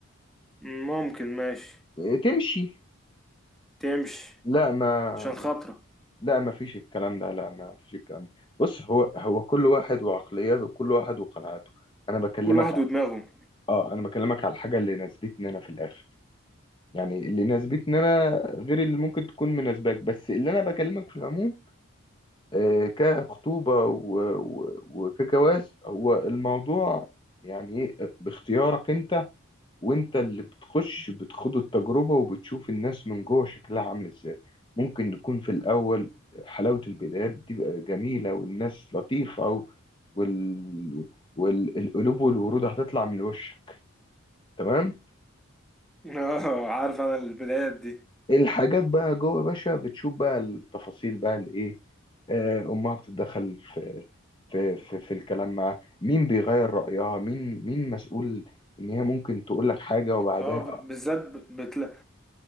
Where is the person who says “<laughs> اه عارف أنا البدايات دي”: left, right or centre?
Centre